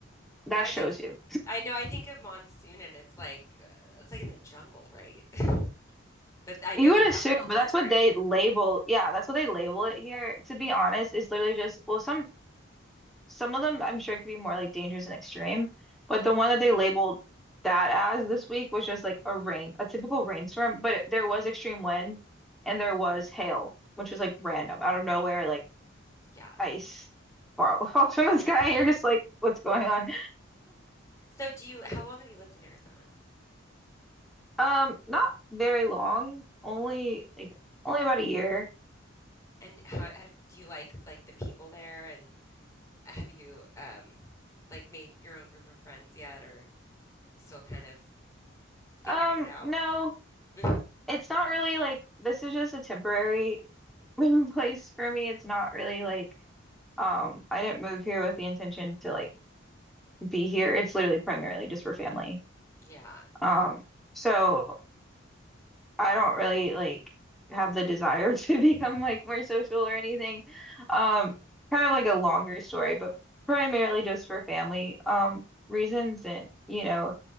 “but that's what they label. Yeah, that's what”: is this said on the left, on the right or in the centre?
Centre